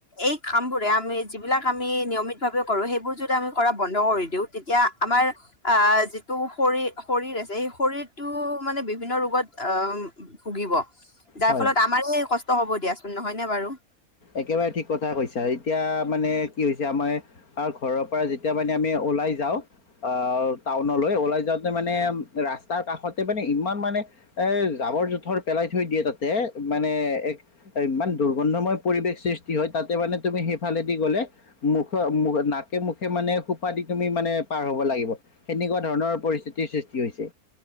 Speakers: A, on the left (about 40°); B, on the left (about 80°).
A: এই কাম বোৰে আমি যিবিলাক আমি নিয়মিত ভাৱে কৰো। সেইবোৰ যদি আমি কৰা বন্ধ ন্ধ কৰি দিওঁ তেতিয়া আমাৰ যিটো শৰীৰ শৰীৰ আছে সেই শৰীৰটো মানে বিভিন্ন ৰোগত অ, ভুগিব। যাৰ
B: হয়।
A: ফলত আমাৰ কষ্ট হ'ব দিয়াচোন, নহয়নে বাৰু?
B: একেবাৰে ঠিক কথা কৈছা। এতিয়া মানে কি হৈছে, আমাৰ আৰু ঘৰৰ পৰা যেতিয়া মানে আমি ওলাই যাওঁ, অ টাউনলৈ ওলাই যাওঁতে মানে ৰাস্তাৰ কাষতে মানে ইমান মানে এ জাৱৰ - জোথৰ পেলাই থৈ দিয়ে তাতে, মানে এক ইমান দুৰ্গন্ধময় পৰিৱেশ সৃষ্টি হয় তাতে মানে তুমি সেইফালেদি গ'লে মুখ- নাকে -মুখে মানে সোপা দি তুমি মানে পাৰ হব লাগিব, সেনেকুৱা ধৰণৰ পৰিস্থিতিৰ সৃষ্টি হৈছে